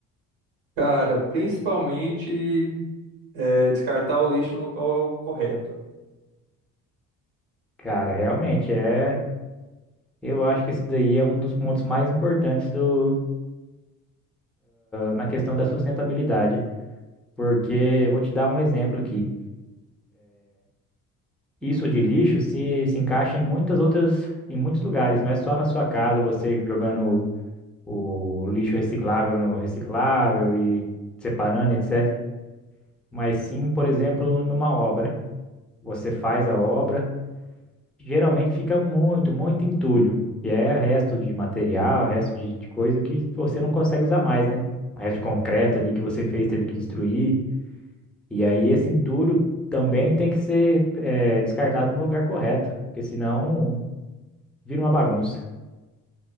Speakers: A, on the right; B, in the centre.
A: Cara, principalmente é, descartar o lixo no local correto.
B: Cara, realmente é. Eu acho que esse daí é um dos pontos mais importantes do... na questão da sustentabilidade. Porque vou te dar um exemplo aqui. Isso de lixo se, se encaixa em muitas outras, em muitos lugares, não é só na sua casa, você jogando o, o lixo reciclável no reciclável e separando, etc. Mas sim, por exemplo, numa obra. Você faz a obra, geralmente fica muito, muito entulho, que é resto de material, resto de, de coisa que você não consegue usar mais, né? O resto de concreto ali que você fez, teve que destruir. E aí esse entulho também tem que ser eh, descartado no lugar correto, porque senão vira uma bagunça.